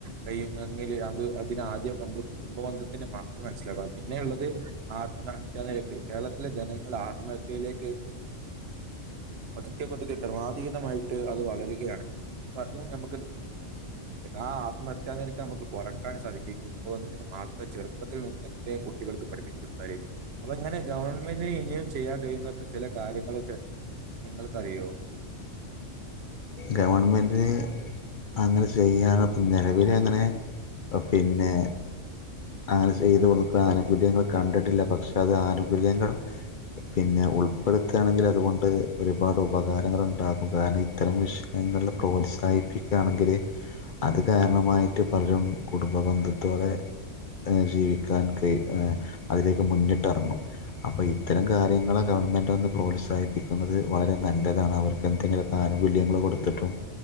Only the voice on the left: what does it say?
ഗവർൺമെൻറ്റ്ന് അങ്ങനെ ചെയ്യാനപ്പം നിലവില് അങ്ങനെ പിന്നെ അങ്ങനെ ചെയ്ത് കൊടുക്ക ആനുകൂല്യങ്ങൾ കണ്ടിട്ടില്ല പക്ഷെ അത് ആനുകൂല്യങ്ങൾ പിന്നെ ഉൾപ്പെടുത്തുകയാണെങ്കിൽ അതുകൊണ്ട് ഒരുപാട് ഉപകാരങ്ങളുണ്ടാകും കാരണം ഇത്തരം വിഷയങ്ങളുടെ പ്രോത്സാ ത്സാഹിപ്പിക്കുകയാണെങ്കിൽ അത് കാരണമായിട്ട് പലരും കുടുംബ ബന്ധത്തോടെ ജീവിക്കാൻ കൈ അതിലേക്ക് മുന്നിട്ട്ഇറങ്ങും അപ്പൊ ഇത്തരം കാര്യങ്ങൾ ഗവൺമെന്റ് ന്ന് പ്രോത്സാഹിപ്പിക്കുന്നത് വളരെ നല്ലതാണ് അവർക്ക് എന്തെങ്കിലുമൊക്കെ ആനുകൂല്യങ്ങള് കൊടുത്തിട്ടും